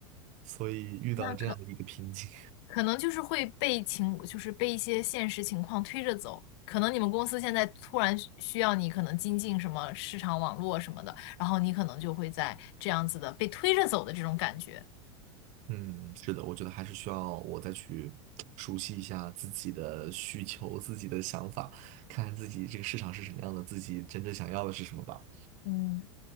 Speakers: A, on the right; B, on the left.
A: 所以遇到这样的一个瓶颈。
B: 那可可能就是会被情，就是被一些现实情况推着走。可能你们公司现在突然需需要你，可能精进什么市场网络什么的，然后你可能就会在这样子的被推着走的这种感觉。
A: 嗯，是的，我觉得还是需要我再去熟悉一下自己的需求、自己的想法，看看自己这个市场是什么样的，自己真正想要的是什么吧。
B: 嗯，